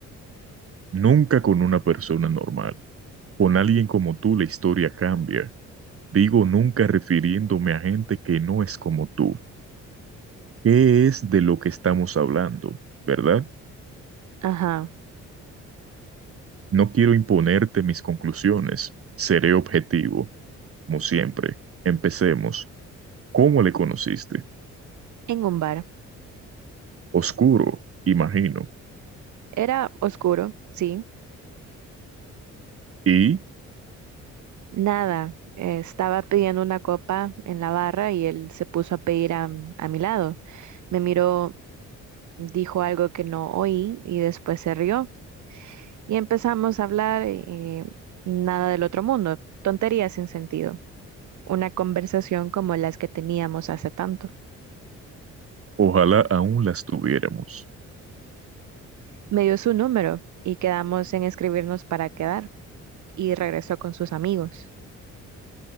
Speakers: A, on the right; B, on the right.
A: Nunca con una persona normal. Con alguien como tú la historia cambia. Digo nunca refiriéndome a gente que no es como tú. ¿Qué es de lo que estamos hablando, verdad?
B: Ajá.
A: No quiero imponerte mis conclusiones. Seré objetivo, como siempre. Empecemos. ¿Cómo le conociste?
B: En un bar.
A: Oscuro, imagino.
B: Era oscuro, sí.
A: Y
B: Nada. Eh, estaba pidiendo una copa en la barra y él se puso a pedir a a mi lado. Me miró, dijo algo que no oí y después se rió. Y empezamos a hablar eh, eh, nada del otro mundo, tonterías sin sentido, una conversación como las que teníamos hace tanto.
A: ojalá aún las tuviéramos.
B: Me dio su número y quedamos en escribirnos para quedar y regresó con sus amigos.